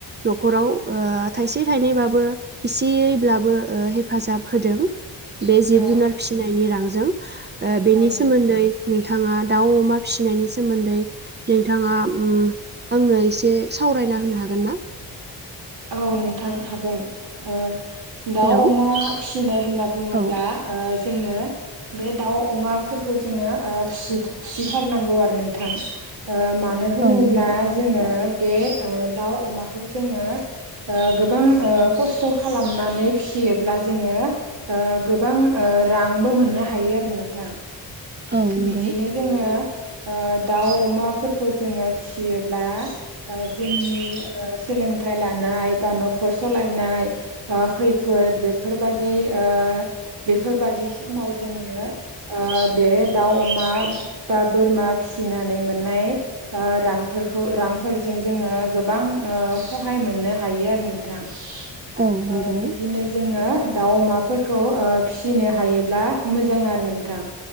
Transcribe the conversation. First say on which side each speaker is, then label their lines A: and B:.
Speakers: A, on the right; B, on the right.
A: न'खराव ओ थाइसे थाइनैबाबो एसेयैब्लाबो हेफाजाब होदों बे जिब
B: औ
A: जुनार फिसिनायनि रांजों ओ बेनि
B: नोंथां
A: सोमोन्दै नोंथाङा दाउ अमा फिसिनायनि सोमोन्दै नोंथांङा आंनो एसे सावरायना होनो हागोन ना?
B: औ नोंथां हागोन ओ। दाउ
A: हेलौ
B: अमा फिसिनाय होनना बुङोब्ला
A: औ
B: ओ जोङो। बे दाउ अमाफोरखौ जोङो फि फिसिथारनांगौ आरो नोंथां ओ मानो होनोब्ला
A: औ नंगौ
B: जोङो बे दाउ अमाखौ जोङो। ओ गोबां ओ खस्थ' खालामनानै फियोब्ला जोंङो। ओ गोबां ओ रांबो मोननो हायो आरो नोंथां
A: औ नंगौ
B: बिदिनो जोङो ओ दाउ अमाफोरखौ जोङो फिसियोब्ला जोंनि सोलोंथाइ लानाय बा न'खर सालायनाय ओ खैफोद बेफोरबायाददि ओ बेफोरबादि समाव जोङो ओ बे दाउ अमा बा बोरमा फिसिनानै मोननाय। ओ रांफोरखौ रांफोरजों जोङो गोबां। सहाय मोननो हायो आरो नोंथां ओ
A: औ नंगौ
B: बिदिनो जोङो दाउ अमाफोरखौ ओ फिसिनो हायोब्ला मोजां आरो नोंथां।